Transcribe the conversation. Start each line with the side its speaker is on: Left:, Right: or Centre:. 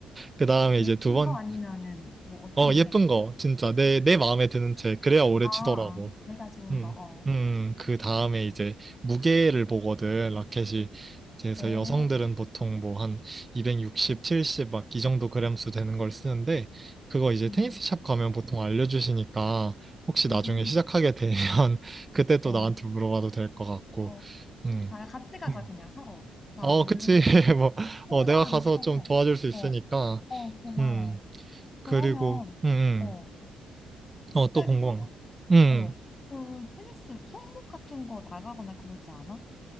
Left: 어,
Right: 그 다음에
Left: 예쁜
Right: 이제 두 번,
Left: 거 아니면은 뭐 어떤
Right: 어,
Left: 디자인
Right: 예쁜
Left: 얘기?
Right: 거 진짜 내, 내 마음에 드는 채 그래야 오래
Left: 아, 아.
Right: 치더라고.
Left: 내가 좋은
Right: 음,
Left: 거, 어.
Right: 음, 그 다음에 이제 무게를 보거든, 라켓이. 그래서
Left: 어,
Right: 여성들은 보통 뭐 한 260, 70 막 이 정도 그램수 되는 걸 쓰는데, 그거 이제
Left: 음,
Right: 테니스샵 가면 보통 알려주시니까, 혹시
Left: 음,
Right: 나중에 시작하게 되면 <laughs> 그때 또
Left: 어,
Right: 나한테 물어봐도 될 것 같고,
Left: 어. 좋다.
Right: 음,
Left: 같이 가자,
Right: 음.
Left: 그냥 사러. 나
Right: 어,
Left: 모르니까.
Right: 그치. <laughs> 뭐,
Left: 호구당하기
Right: 어, 내가 가서
Left: 싫어서.
Right: 좀 도와줄 수 있으니까,
Left: 어. 어, 고마워.
Right: 음,
Left: 그러면,
Right: 그리고, 음, 음.
Left: 어, 갑자기
Right: 어, 또 궁금한
Left: 생각,
Right: 거. 음. 음.
Left: 어, 그 테니스 손목 같은 거 나가거나 그러지 않아?